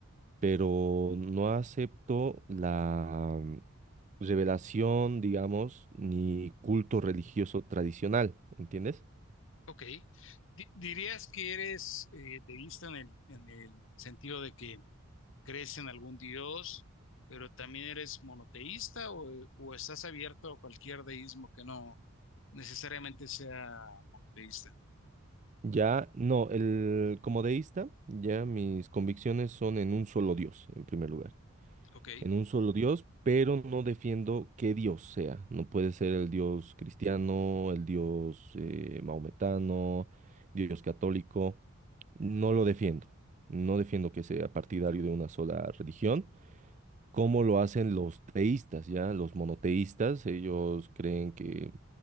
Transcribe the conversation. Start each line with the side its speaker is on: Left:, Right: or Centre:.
Right: pero no acepto la mm, revelación, digamos, ni culto religioso tradicional, ¿entiendes?
Left: Ok. Di- ¿Dirías que eres eh, deísta en el, en el sentido de que crees en algún dios, pero también eres monoteísta o, o estás abierto a cualquier deísmo que no necesariamente sea monoteísta.
Right: Ya, no, el, como deísta, ya mis convicciones son en un solo Dios, en primer lugar.
Left: Ok,
Right: en un solo Dios, pero no defiendo qué Dios sea. No puede ser el Dios cristiano, el Dios eh, maometano, Dios católico. No lo defiendo. No defiendo que sea partidario de una sola religión, como lo hacen los teístas, ¿ya? Los monoteístas, ellos creen que